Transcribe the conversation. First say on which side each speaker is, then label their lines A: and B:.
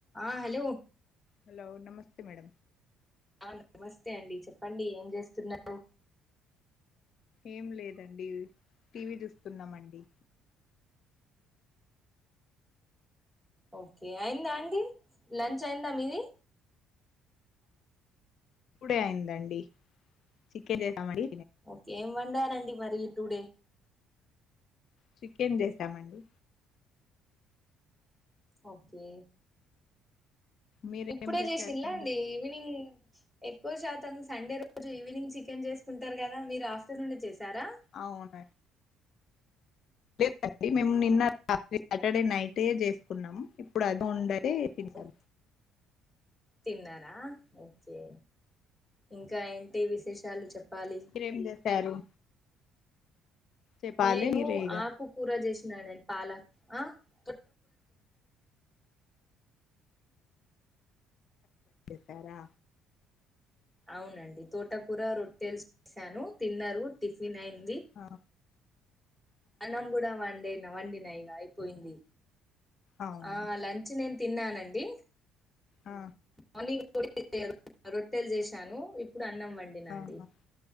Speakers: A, in the centre; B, on the left.
A: ఆ hello
B: hello నమస్తే మేడ
A: ఆ నమస్తే అండి చెప్పండి ఏం చేస్తున్నారు
B: ఏం లేదండి టీవీ చూస్తున్నామండి
A: ఓకే అయిందా అండి లంచ్ అయిందా మీది
B: ఇూడే అయిందండి చిక్కే చేసామరి
A: ఓకే ఏంమంటాలండి మరిగి టూడే
B: చికెన్ చేసామండి
A: ఓకే
B: మీరేం
A: ఇప్పుడే
B: చేసారండి
A: చేసిందిలా అండి ఈవినింగ్ ఎక్కువ శాతం సండే రోజు ఈవినింగ్ చికెన్ చేసుకుంటారు కదా మీరు ఆఫ్టర్నూన్ చేశారా
B: అవునా లేదండి మేము నిన్న రాత్రి సాటర్డే నైట్ చేసుకున్నాము ఇప్పుడు అది ఉ తస
A: ఓ తిన్నారా ఓకే ఇంకా ఏంటి విశేషాలు చెప్పాలి
B: మీరేం చేసారు చెప్పాలి
A: నేను
B: మీరే ఇగ
A: ఆకు కూర చేసినానడి పాలక్ ఆ ప
B: సార
A: అవునండి తోటకూర రొట్టెలు చేసాను తిన్నారు టిఫిన్ అయింది
B: ఆ
A: అన్నం కూడా వడి అయినా వండిన ఇక అయిపోయింది
B: అవునా
A: ఆ లంచ్ నేను తిన్నానండి
B: ఆ
A: మార్నింగ్ రొట్టెలు చేశాను ఇప్పుడు అన్నం వండినండి
B: ఆహా